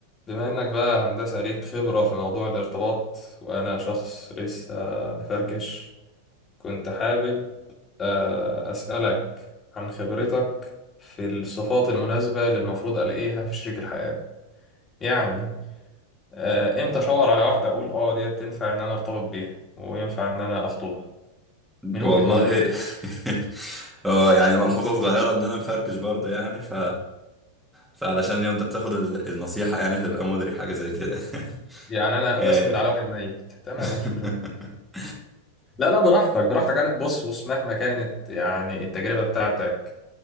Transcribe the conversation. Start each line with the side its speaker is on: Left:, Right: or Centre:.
Left: بما انك بقى هندسة ليك خبرة في موضوع الارتباط وانا شخص لسه بفركش كنت حابب آه، اسألك عن خبرتك في الصفات المناسبة اللي المفروض الاقيها في شريك الحياة يعني آه، امتى اشاور على واحدة اقول اه ديت تنفع ان انا ارتبط بيها وينفع ان انا اخطبها من
Centre: والله
Left: وجهة نظرك
Centre: <laughs> هو يعني ملحوظة صغيرة ان انا مفركش برضه يعني ف فعلشان لو انت بتاخد ال- النصيحة يعني تبقى مدرك حاجة زي كده <laughs>
Left: يعني انا بسند
Centre: آه.
Left: على واحد ميت تمام
Centre: <laughs>
Left: مفيش مشاكل لا لا براحتك براحتك انا بص بص مهما كانت يعني التجربة بتاعتك